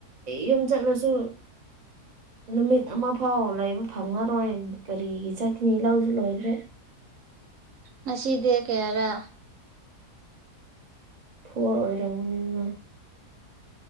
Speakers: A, on the right; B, on the right.
A: ꯌꯨꯝ ꯆꯠꯂꯣꯁꯨ ꯅꯨꯃꯤꯠ ꯑꯃ ꯐꯥꯎ ꯂꯩꯕ ꯐꯪꯉꯔꯣꯏ ꯀꯔꯤꯒꯤ ꯆꯠꯀꯅꯤ ꯂꯧꯁꯨ ꯂꯣꯏꯈ꯭ꯔꯦ
B: ꯃꯁꯤꯗꯦ ꯀꯦ ꯌꯥꯔ
A: ꯐꯣꯔ ꯑꯣꯏꯔꯝꯕꯅꯤ ꯑꯗꯨꯅ